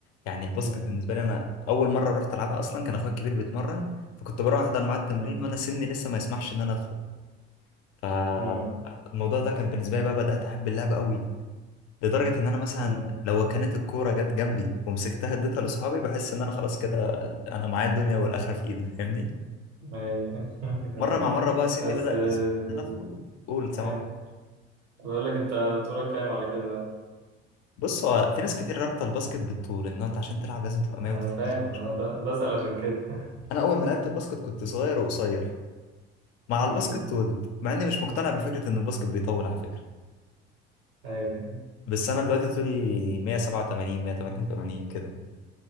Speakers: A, on the left; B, on the right.
A: يعني الباسكت
B: مم.
A: بالنسبه لي انا اول مره رحت العبها اصلا كان اخويا الكبير بيتمرن فكنت بروح احضر معاه التمرين
B: مم.
A: وانا سني لسه ما يسمحش ان انا ادخل فالموضوع
B: مم.
A: ده كان بالنسبه لي بقى بدات احب اللعبه قوي لدرجه ان انا مثلا
B: مم.
A: لو كانت الكوره جت جنبي ومسكتها اديتها لاصحابي بحس ان انا خلاص كده انا معايا الدنيا والاخره في ايدي فاهمني
B: ايوه <laughs>
A: مره مع مره بقى سني
B: بس
A: بدا
B: آه،
A: يسمح ان انا ادخل قول سامع
B: ايه بقول لك انت طولك كام على كده بقى
A: بص هو في ناس كتير رابطه الباسكت بالطول ان انت عشان تلعب لازم تبقى 190
B: انا فاهم انا ب- بسأل عشان كده <laughs>
A: انا اول ما لعبت الباسكت كنت صغير وقصير مع
B: امم
A: الباسكت طولت مع اني مش مقتنع بفكره ان الباسكت بيطول على فكره
B: ايوه
A: بس انا دلوقتي طولي 187 188 كده